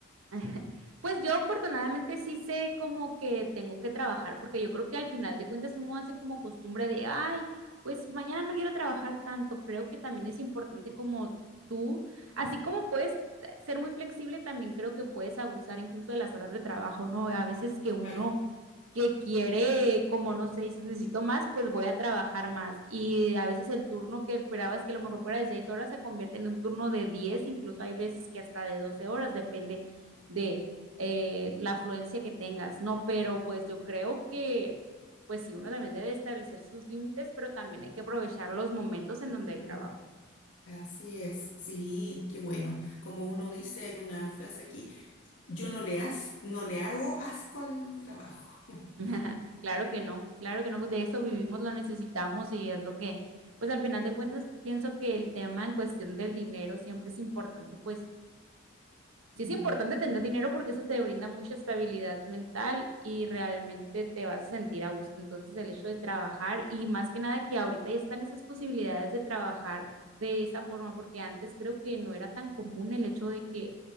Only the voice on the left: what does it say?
Claro.
Mm.
Así es, sí, qué bueno. Como uno dice, hay una frase aquí, yo no le, as- no le hago asco al trabajo. <laughs>
Mm.